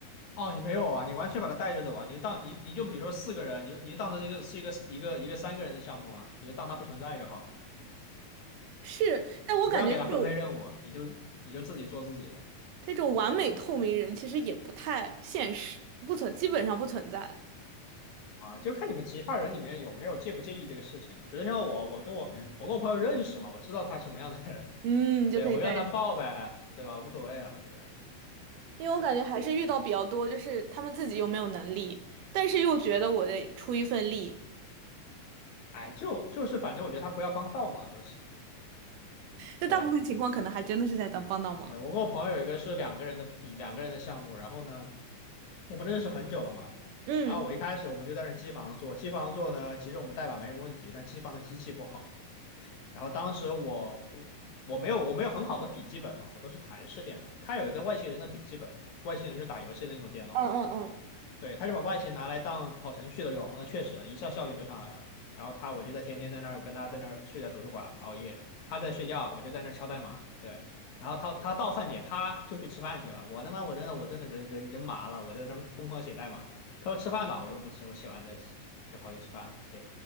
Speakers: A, on the left; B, on the right.
A: 哦，你没有啊，你完全把他带着走啊，你就当你你就比如说四个人，你就你就当成一个是一个一个一个三个人的项目啊，你就当他不存在就好了呀，
B: 是，但我感觉这种
A: 你不要给他分配任务，你就你就自己做自己的。
B: 这种完美透明人其实也不太现实，不存，基本上不存在。
A: 啊，就看你们其他人里面有没有介不介意这个事情了。比如像我，我跟我嗯我跟我朋友认识嘛，我知道他什么样的人，
B: 嗯，就可以带人，
A: 对，我让他报呗，对吧？无所谓啊，对，
B: 因为我感觉还是遇到比较多，就是他们自己又没有能力，但是又觉得我得出一份力，
A: 哎，就就是反正我觉得他不要帮倒忙就行。
B: 那大部分情况可能还真的是在当帮倒忙。
A: 对，对，我跟我朋友有一个是两个人的两个人的项目，然后呢，我们认识很久了嘛，
B: 嗯。
A: 然后我一开始我们就在那儿机房做，机房做呢，其实我们代码没什么问题，但机房的机器不好，然后当时我我我没有我没有很好的笔记本嘛，我都是台式电脑，他有一个外星人的笔记本，外星人就打游戏的那种电脑嘛。
B: 嗯嗯嗯，
A: 对，他就把外形拿来当跑程序的用，那确实一下效率就上来了。然后他，我就在天天在那儿跟他在那儿睡在图书馆熬夜，他在睡觉，我就在那儿敲代码。对，然后他他到饭点，啪就去吃饭去了。我他妈我真的我真的人人人麻了，我在那儿疯狂写代码。他说吃饭吧，我说不吃，我写完再吃，就跑去吃饭了。对，